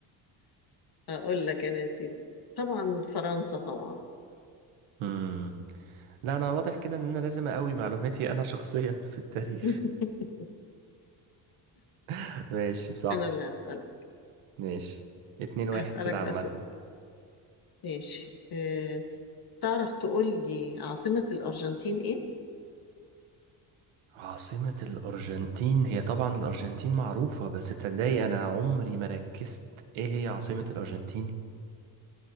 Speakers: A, on the left (about 50°); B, on the right (about 75°).
A: أقول لك أنا يا سيدي طبعا فرنسا طبعا
B: مم. لا انا واضح كده ان انا لازم اقوي معلوماتي انا شخصيا في التاريخ
A: <laughs>
B: <laughs> ماشي صح
A: أنا اللي هسألك
B: ماشي اتنين واحد
A: هسألك
B: كده عامة
A: بقى سؤال ماشي أه تعرف تقول لي عاصمة الأرجنتين إيه؟
B: عاصمة الأرجنتين هي طبعا الأرجنتين معروفة بس تصدقي أنا عمري ما ركزت إيه هي عاصمة الأرجنتين؟